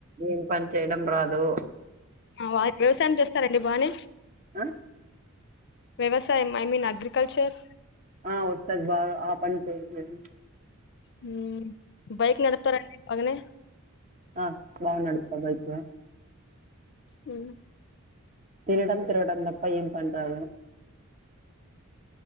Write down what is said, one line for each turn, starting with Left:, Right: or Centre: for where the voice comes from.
Right: ఏం పని చేయడం రాదు
Left: ఆ వ్యవసాయం చేస్తారండి బానే
Right: ఆ
Left: వ్యవసాయం ఐ మీన్ అగ్రికల్చర్
Right: ఆ వస్తది బాగా ఆ పని చేయలేను
Left: హ బైక్ నడుపుతారండి బాగానే
Right: ఆ బాగా నడుపుతా బైకు
Left: ఊ
Right: తినడం తిరగడం తప్ప ఏం పని రాదు